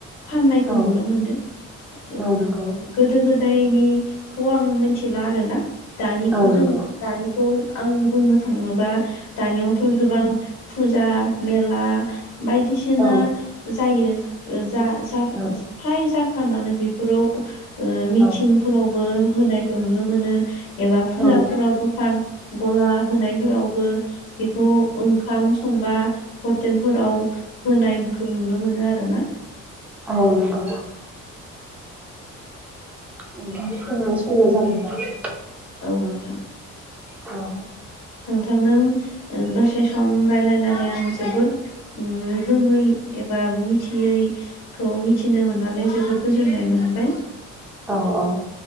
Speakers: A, on the left (about 75°); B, in the centre.
A: फाननायखौ
B: औ
A: नुनो मोनो ओ
B: औ नंगौ
A: गोदो गो दायनिखौ आं मोनथिला आरो ना दानिखौ
B: औ
A: जों
B: नंगौ
A: दानिखौ आं बुंनो थाङो बा दानियावथ' गोबां फुजा मेला बायदिसिना
B: औ
A: जायो ओ जा जा फ्राय
B: औ
A: जा फ्रामानो बेफोराव ओ मिथिंफोरावबो
B: औ
A: होनायखौ नुनो मोनो। एबा फुजाफोराव
B: औ
A: दखान गला होनायफोरावबो बेखौ ओंखाम सं बा हटेलफोराव होनायखौ नुनो मोनो आरोना।
B: औ नंगौ <unintelligible> संना‌ जाबोबाय
A: औ नोंथां।
B: औ
A: नोंथांदों ओ दसे सम रायलायनानै आं जोबोर ओम रोङै एब बा मिथियैखौ मिथिनो मोननानै जोबोर गोजोननाय मोनबाय।
B: औ औ